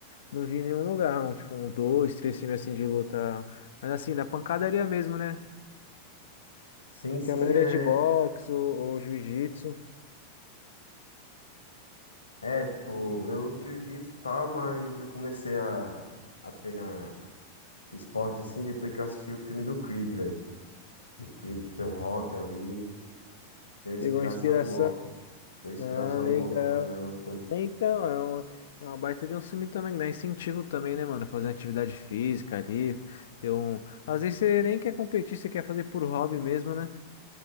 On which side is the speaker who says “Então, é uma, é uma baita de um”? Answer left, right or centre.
Left